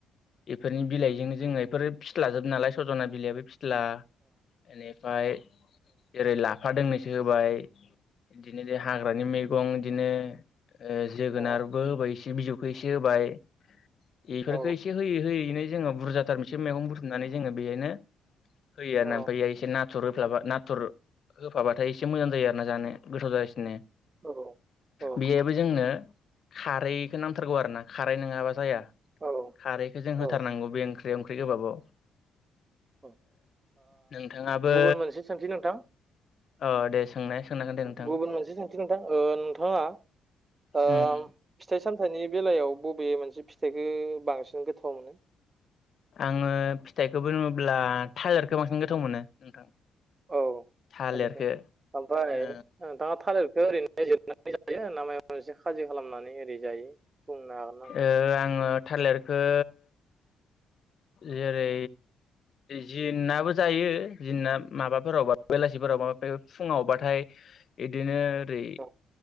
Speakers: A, on the left; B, on the right.
A: बेफोरनि बिलाइजोंनो जोङो बेफोर फिथलाजोब नालाय सजना बिलाइआो फि सिथ्ला बेनिफ्राय ओेरै लाख बिफा दोंनैसो होबाय बिदिनो हाग्रानि मैगं बिदिनो जोगोनारबो
B: औ
A: होबाय एसे बिजौखौ एसे होबाय बेफोरखौ
B: औ
A: एसे होयो। थयैनो जोङो बुरजाथार मोनसे मैगं बुथुमनानै जोङो बेयनो होयो
B: औ
A: ना ओमफ्राय इ एसे नाथुर होफ्लाबा नाथुर होफाबाथाय एसे मोजां जायो आरो ना जानो गोथाव जागासिनो।
B: औ औ
A: बेहबो जोंनो खारैखौ नांथारगौ आरो ना खारै नङाबा जाया?
B: औ
A: खारैखौ जों
B: औ
A: होथारनांगौ बे ओंख्रि ओंख्रि गोबाबाव।
B: ओ
A: नोंथाङाबो
B: गुबुन मोनसे सोंस नोंथां।
A: अ दे सोंनाय सोंनांगोन दे नोंथां
B: गुबुन मोनसे सोंथि नोंथां नोंथाङा ओ
A: उम
B: फिथाइ सामथाइनि बेलायाव बबे मोनसे फिथाइखौ बांसिन गोथाव मोनो,?
A: आङो फिथाइखौबो रुङोब्ला लारखौ बांसिन गोथाव मोनो नोंथां।
B: औ
A: थालिरखो
B: थालिरखौ ओमफ्राय
A: ओ
B: नोंथाङा थालिरखौ ओरैनोनाय जोबनानै जायो ना माइ एसे खाजि खालामनानै ओरै जायो। बुंनो हागोन ना नोंथां
A: ओ आङो थालिरखौ
B: <inaudible>
A: जेरै जिनाबो जायो जिना माबाफोरावब बेलासिफोरावबा फुङावबाथाय एदिनो ओरै
B: औ